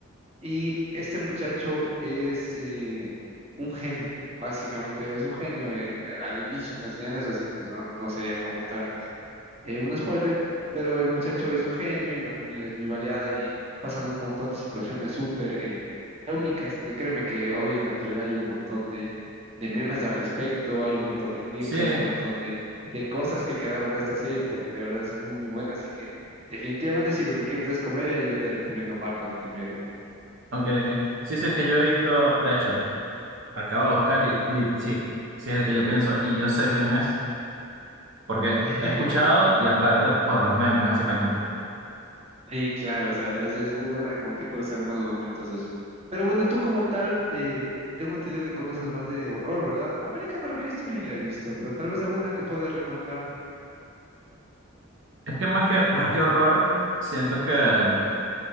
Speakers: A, on the right (about 30°); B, on the right (about 60°).
A: y este muchacho es eh, un genio. Básicamente, él es un genio, eh, al al inicio te enseñan eso, así que pues no, no sería como tal eh, un spoiler, pero el muchacho es un genio y la familia es muy variada y pasan un montón de situaciones súper eh, cómicas. De, créeme que hoy en la actualidad hay un montón de, de memes al respecto, hay un montón de clips,
B: Sí,
A: hay un montón de, de cosas que quedaron de esta serie porque de verdad es muy, muy buena. Así que definitivamente si lo que quieres es comedia, yo te recomiendo Marco en el miedo.
B: ok, ok. Sí, sí, es que yo he visto, de hecho, Acabo de buscar y, Lit- sí, sí es el que yo pienso y yo sé quién es, porque
A: <laughs>
B: he escuchado y aparte por los memes, básicamente.
A: Y claro, o sea, es, es muy buena, como te juro, salen buenos momentos de eso. Pero bueno, tú como tal, eh, tengo entendido que conoces más de horror, ¿verdad? American Horror History la he visto, pero tal vez alguna que puedas recomendarme.
B: Es que más que, más que horror, siento que mm,